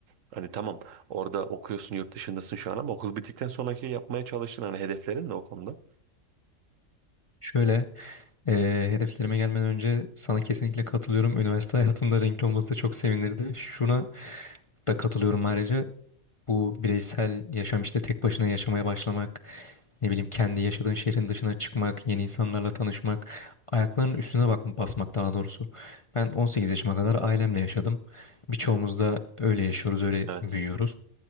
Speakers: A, on the right; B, on the left.
A: hani tamam orada okuyorsun yurt dışındasın şu an ama okul bittikten sonraki yapmaya çalıştın hani hedeflerin ne o konuda?
B: Şöyle Ee, hedeflerime gelmeden önce sana kesinlikle katılıyorum. Üniversite hayatında renkli olması da çok sevinirdi. Şuna da katılıyorum ayrıca. Bu bireysel yaşam işte tek başına yaşamaya başlamak, ne bileyim kendi yaşadığın şehrin dışına çıkmak, yeni insanlarla tanışmak, ayaklarının üstüne bak basmak daha doğrusu. Ben 18 yaşıma kadar ailemle yaşadım. Birçoğumuz da öyle yaşıyoruz, öyle
A: Evet
B: büyüyoruz.